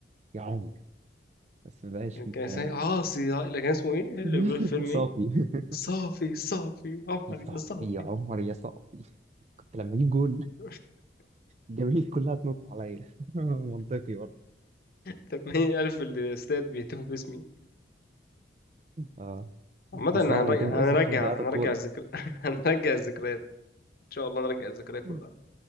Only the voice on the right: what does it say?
يا عمر بس ما بقاش
فيه
الكلام
ده
دلوقتي
<laughs>
صافي <laughs>
يا
صافي
يا عمر يا صافي كنت لما اجيب جول
الجماهير كلها تنط عليا <laughs> منطقي برضه
اه
بس
طبعا هيتم اسمك
عشان ضيعت
الكوره
مم.